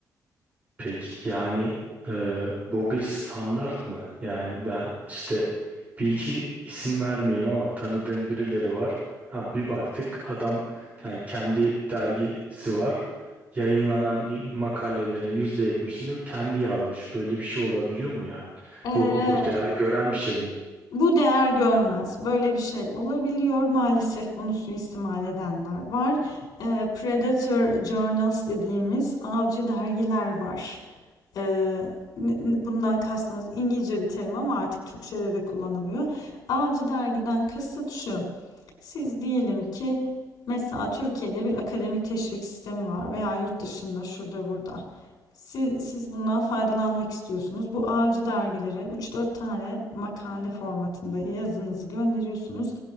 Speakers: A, on the right; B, on the left.
A: Peki yani e, bu bir standart mı? Yani ben işte bir iki isim vermeyeyim ama tanıdığım birileri var. Ha, bir baktık adam yani kendi dergisi var. Yayınlanan y- makalelerin yüzde yetmişini kendi yazmış. Böyle bir şey olabiliyor mu yani?
B: Ee,
A: Bu, bu değer gören bir şey mi?
B: Bu değer görmez. Böyle bir şey olabiliyor. Maalesef bunu suistimal edenler var. Eee, Predator Journals dediğimiz avcı dergiler var. Eee, bundan kastımız İngilizce bir terim ama artık Türkçe'de de kullanılıyor. Avcı dergiden kasıt şu. Siz diyelim ki mesela Türkiye'de bir akademik teşvik sistemi var veya yurt dışında şurada burada. Siz, siz bundan faydalanmak istiyorsunuz. Bu avcı dergilere 3-4 tane makale formatında yazınızı gönderiyorsunuz.